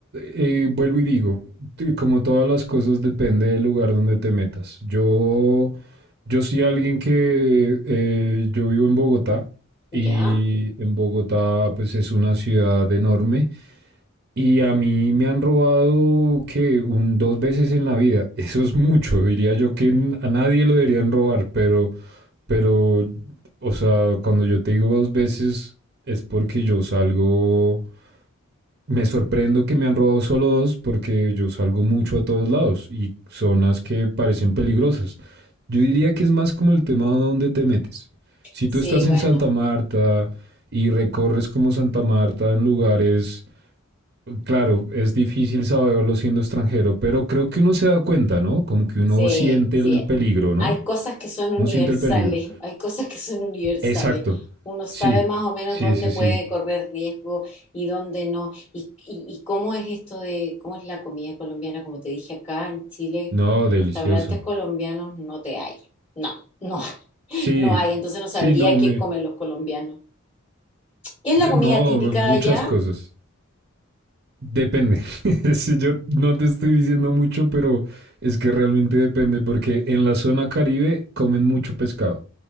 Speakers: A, on the right; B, on the left.
A: eh, vuelvo y digo, eh, como todas las cosas depende del lugar donde te metas. Yo, yo soy alguien que, eh, yo vivo en Bogotá
B: ¿Ya?
A: y en Bogotá pues es una ciudad enorme y a mí me han robado que un dos veces en la vida. <laughs> Eso es mucho, diría yo que n- a nadie lo deberían robar, pero Pero, o sea, cuando yo te digo dos veces, es porque yo salgo. Me sorprendo que me han robado solo dos, porque yo salgo mucho a todos lados y zonas que parecen peligrosas. Yo diría que es más como el tema de dónde te metes. Si
B: Sí,
A: tú estás
B: bueno.
A: en Santa Marta y recorres como Santa Marta en lugares, claro, es difícil saberlo siendo extranjero, pero creo que uno se da cuenta, ¿no? Como que uno
B: Sí,
A: siente
B: sí.
A: el peligro, ¿no?
B: Hay cosas que son universales,
A: Uno siente el peligro.
B: <laughs> hay cosas que son universales.
A: Exacto.
B: Uno sabe
A: Sí,
B: más o menos
A: sí,
B: dónde
A: sí,
B: puede
A: sí.
B: correr riesgo y dónde no. Y, y, y cómo es esto de, cómo es la comida colombiana, como te dije acá en Chile,
A: No, delicioso.
B: restaurantes colombianos no te hay. No, <laughs> no, hay,
A: Sí,
B: no hay. Entonces no sabría
A: sí, no,
B: qué
A: me...
B: comen los colombianos. ¿Qué es la
A: de-
B: comida
A: No,
B: típica
A: muchas
B: allá?
A: cosas. Depende. <laughs> Si yo no te estoy diciendo mucho, pero es que realmente depende porque en la zona Caribe comen mucho pescado.